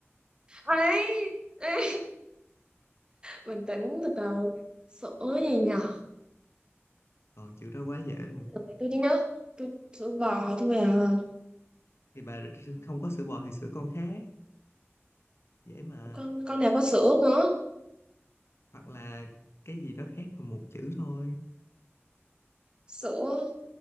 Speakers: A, on the right; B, on the left.
A: ấy <laughs> bình tĩnh từ từ sữa gì nhờ
B: còn chữ đó quá dễ luôn
A: Để tôi chỉ nhớ tôi sữa bò thôi à
B: thì bà không có sữa bò thì sữa con khác dễ mà
A: con con nào có sữa nữa
B: hoặc là cái gì đó khác mà một chữ thôi
A: sữa